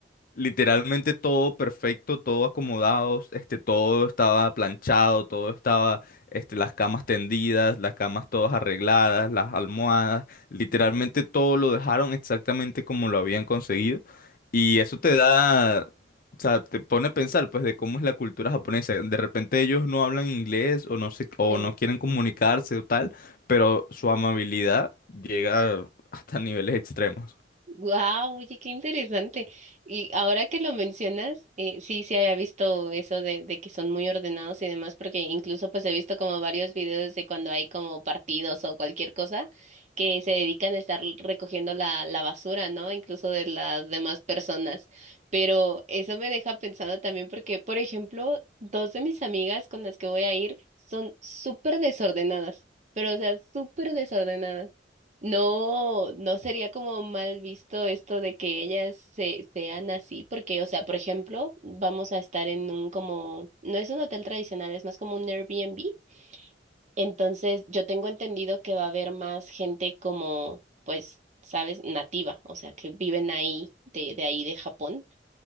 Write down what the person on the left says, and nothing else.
literalmente todo perfecto, todo acomodado, este, todo estaba planchado, todo estaba, este, las camas tendidas, las camas todas arregladas, las almohadas, literalmente todo lo dejaron exactamente como lo habían conseguido. Y eso te da, o sea, te pone a pensar, pues, de cómo es la cultura japonesa. De repente ellos no hablan inglés o no sé, o
no quieren comunicarse o tal, pero su amabilidad llega hasta niveles extremos.